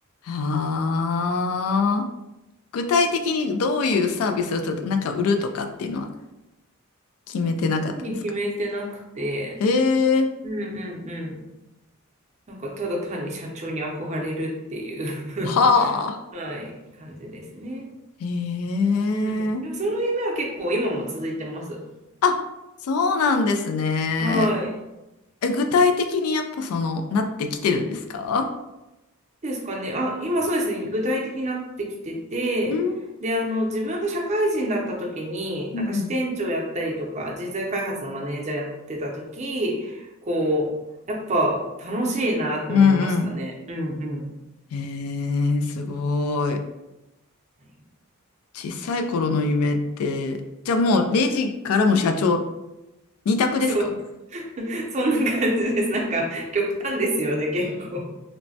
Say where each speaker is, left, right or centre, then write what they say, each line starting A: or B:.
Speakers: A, on the left; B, on the right.
A: はあ。具体的にどういうサービスをちょっとなんか売るとかっていうのは決めてなかったんですか
B: 特に決めてなくて、
A: へえ、
B: うんうんうん。なんか、ただ単に社長に憧れるっていう
A: はあ。
B: <laughs> はい、感じですね。
A: へえ。
B: うん。でもその夢は結構今も続いてます。
A: あ、そうなんですね。
B: はい。
A: え、具体的にやっぱその、なってきてるんですか
B: ですかね。あ、今そうですね。具体的になってきてて、
A: うん
B: で、あの、自分が社会人だった時に、
A: うんうん
B: なんか支店長やったりとか、人材開発のマネージャーやってた時、こう、やっぱ楽しいなって思いましたね。
A: うん
B: うんうん。
A: うん。へえ、すごい。
B: <laughs>
A: 小さい頃の夢って、じゃあもうレジからも社長、二択ですか
B: そう、<laughs> そんな感じです。なんか、極端ですよね、結構。